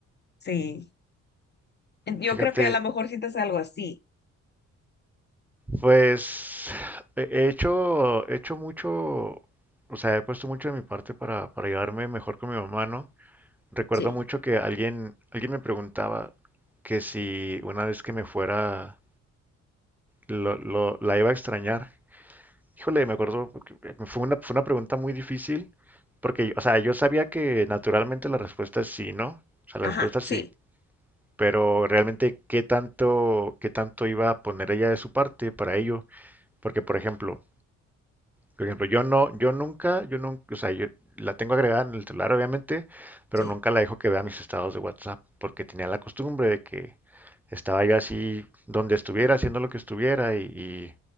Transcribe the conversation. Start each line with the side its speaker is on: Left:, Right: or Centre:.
Left: Sí, En- yo
Centre: Fíjate,
Left: creo que a lo mejor sientes algo así.
Centre: pues he he hecho, he hecho mucho, o sea, he puesto mucho de mi parte para, para llevarme mejor con mi mamá, ¿no? Recuerdo
Left: Sí,
Centre: mucho que alguien, alguien me preguntaba que si una vez que me fuera lo- lo- la iba a extrañar. Híjole, me acuerdo, porque fue una, fue una pregunta muy difícil porque, o sea, yo sabía que naturalmente la respuesta es sí, ¿no? O sea,
Left: ajá,
Centre: la respuesta es
Left: sí,
Centre: sí, pero realmente qué tanto, qué tanto iba a poner ella de su parte para ello. Porque, por ejemplo, Por ejemplo, yo no, yo nunca, yo nunca, o sea, yo la tengo agregada en el celular, obviamente, pero
Left: sí,
Centre: nunca la dejo que vea mis estados de WhatsApp, porque tenía la costumbre de que estaba yo así donde estuviera, haciendo lo que estuviera, y, y